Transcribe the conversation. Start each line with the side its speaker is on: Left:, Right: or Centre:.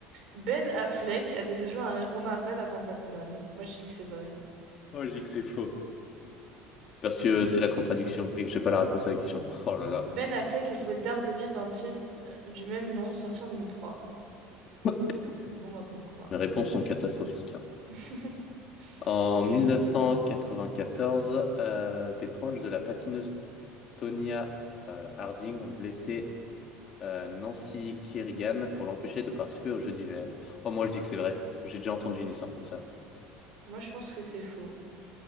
Right: Ben Affleck a déjà joué à un héros Marvel avant Batman. Moi, je dis que c'est vrai.
Left: Oh, je dis que c'est faux. Parce que c'est la contradiction et que j'ai pas la réponse à la question. Oh là là.
Right: Ben Affleck a joué Daredevil dans le film euh, du même nom sorti en 2003.
Left: <laughs>
Right: Bon, moi, comme quoi.
Left: Mes réponses sont catastrophiques. hein.
Right: <laughs>
Left: En
Right: T'inquiète,
Left: 1994,
Right: t'inquiète.
Left: euh, des proches de la patineuse Tonya euh, Harding ont blessé euh, Nancy Kerrigan pour l'empêcher de participer aux Jeux d'hiver. Oh, moi je dis que c'est vrai. J'ai déjà entendu une histoire comme ça.
Right: Moi, je pense que c'est faux.